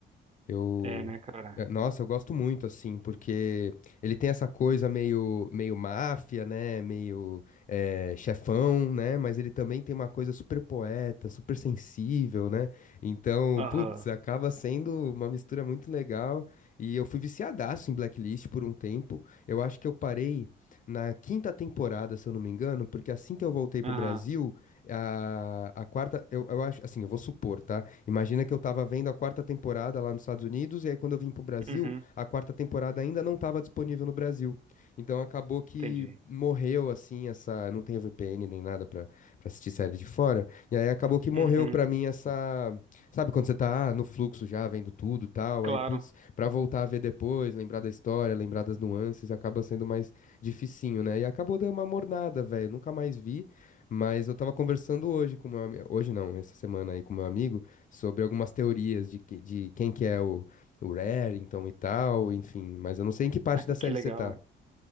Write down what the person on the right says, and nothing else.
É, né, cara?
Aham,
aham,
uhum,
entendi.
Uhum,
claro.
<laughs>
Que legal.
né?